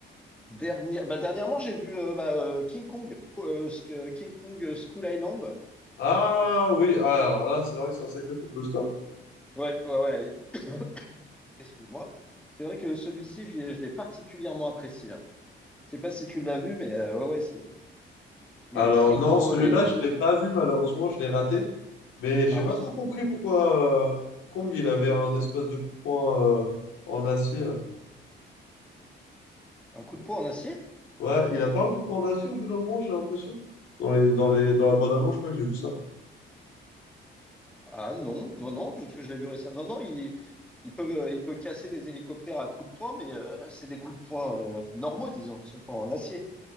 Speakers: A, in the centre; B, on the left.
A: Dernier, bah, dernièrement, j'ai vu euh, bah, euh, King Kong, euh, Sk- King Kong euh, School Island.
B: Ah oui, alors là, c'est vrai que c'est un sacré blockbuster.
A: Ouais, ouais, ouais. Excuse-moi. C'est vrai que celui-ci, je l'ai je l'ai particulièrement apprécié. hein. Je sais pas si tu l'as vu, mais euh, ouais, ouais, c'est, il
B: Alors
A: est très
B: non,
A: beau.
B: celui-là,
A: Les...
B: je ne l'ai pas vu, malheureusement, je l'ai raté. Mais j'ai
A: Ah
B: pas
A: oui,
B: trop compris pourquoi euh, Kong, il avait un espèce de coup de poing euh, en acier, là.
A: un coup de poing en acier?
B: Ouais, il a pas un coup de poing en acier au bout d'un moment, j'ai l'impression. Dans les, dans les, dans la bande-annonce, je crois que j'ai vu ça.
A: Ah non, non, non, parce que je l'ai vu récemment. Non, non, il, il peut, euh, il peut casser des hélicoptères à coups de poing, mais euh, c'est des coups de poing euh, normaux, disons. Ils sont pas en acier.